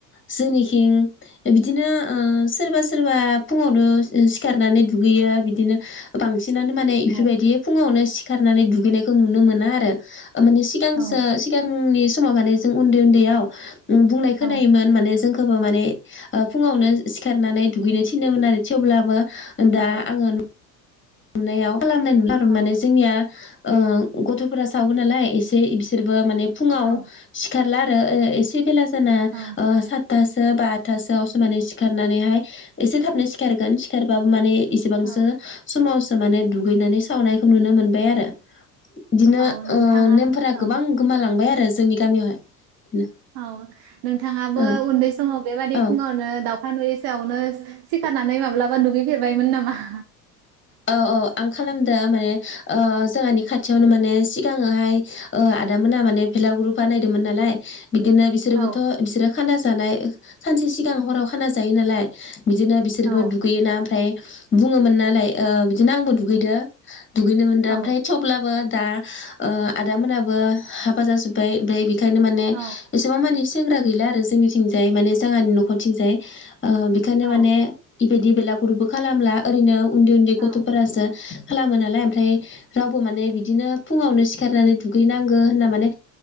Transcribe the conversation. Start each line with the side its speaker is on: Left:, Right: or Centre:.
Left: जोंनिखिं बिदिनो ओ सोरबा सोरबा फुङावनो ओ सिखारनानै दुगैयो बिदिनो बांसिनानो माने इफोरबायदि
Right: औ
Left: फुङावनो सिखारनानै दुगैनायखौ नुनो मोना आरो ओ माने सिगांसो
Right: औ
Left: सिगांनि समाव माने जों उन्दै उन्दैयाव उम बुंनाय खोनायोमोन
Right: औ
Left: माने जों बो माने फुङावनो सिखारनानै दुगैनो थिननोमोन आरो थेवब्लाबो दा
Right: औ
Left: आङो नुनायाव खालामनाय नुला आरो
Right: औ
Left: माने जोंनिया ओ गथ'फोरा सावो नालाय एसे बिसोरबो माने फुङाव
Right: औ
Left: सिखारला ओ ओ इसे बेला जाना
Right: औ
Left: ओ सास्तासो बा आत्थासोआवसो माने सिखारनानैहाय एसे थाबनो सिखारगोन सिखारबाबो माने इसेबांसो
Right: औ
Left: समावसो माने दुगैनानै सावनायखौ नुनो मोनबाय आरो बिदिनो
Right: औ नोंथाङा
Left: ओ नेमफोरा
Right: औ
Left: गोबां गोमालांबाय आरो जोंनि गामियावहाय। बिदिनो
Right: औ नोंथाङाबो
Left: औ
Right: उन्दै समाव बेबादि
Left: औ
Right: फुङावनो दाउ दाउखा नुयैसोयावनो सिखारनानै माब्लाबा दुगैफेरबायमोन नामा?
Left: औ औ आं खालामदों माने ओ जोंहानि खाथियावनो माने सिगाङोहाय ओ आदामोना माने बेलागुर बानायदोंमोन नालाय बिदिनो बिसोर
Right: औ
Left: बिसोरबोथ' बिसोरो खाना जानाय सानसे सिगां हराव खाना जायो नालाय बिदिनो बिसो रबो
Right: औ
Left: दुगैयोना ओमफ्राय बुङोमोन नालाय ओ बिदिनो आंबो दुगैदों। दुगैनो मोनदों
Right: औ
Left: ओमफ्राय थेवब्लाबो दा ओ आदामोनाबो हाबा जाजोबबाय ओमफ्राय बेखायनो माने
Right: औ
Left: एसेबां माने सेंग्रा गैला आरो जोंनिथिंजाय माने जोंहानि न'खरथिंजाय बेखायनो
Right: औ
Left: माने बेबायदि बेलागुरुबो खालामला ओरैनो उन्दै उन्दै गथ'फोरासो
Right: औ
Left: खालामो नालाय ओमफ्राय रावबो माने बिदिनो फुङावनो सिखारनानै दुगैनांगो होनना माने